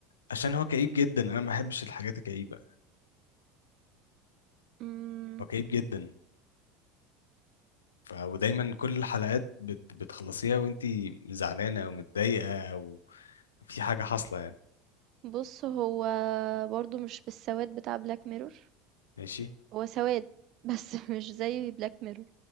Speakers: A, on the left (about 75°); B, on the right (about 50°).
A: عشان هو كئيب جدا انا ما بحبش الحاجات الكئيبه
B: إمم.
A: هو كئيب جدا ف ودايما كل الحلقات بت... بتخلصيها وانت زعلانه او متضايقه او في حاجه حاصله يعني
B: بص هو برضو مش بالسواد بتاع بلاك ميرور
A: ماشي
B: هو سواد بس <laughs> مش زي بلاك ميرور